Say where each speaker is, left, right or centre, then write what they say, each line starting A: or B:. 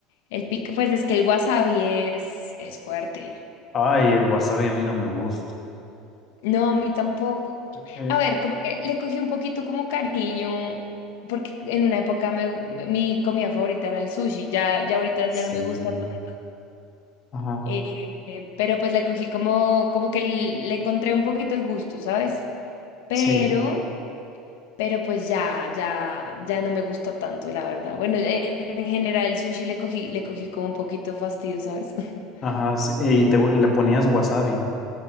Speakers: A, on the left (about 80°); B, on the left (about 40°).
A: el pico, pues es que el wasabi es, es fuerte.
B: Ay, el wasabi a mí no me gusta.
A: No, a mí tampoco.
B: Eh,
A: A ver, como que le cogí un poquito como cariño, porque en una época me gu- mi comida favorita era el sushi, ya, ya ahorita
B: Sí.
A: ya no me gusta tanto,
B: Ajá,
A: eh, eh, pero pues le cogí como, como que le encontré un poquito el gusto, ¿sabes? Pero...
B: sí.
A: Pero pues ya, ya, ya no me gusta tanto, la verdad. Bueno, en general el sushi le cogí, le cogí como un poquito de fastidio, ¿sabes? <laughs>
B: Ajá, sí. Y te, le ponías wasabi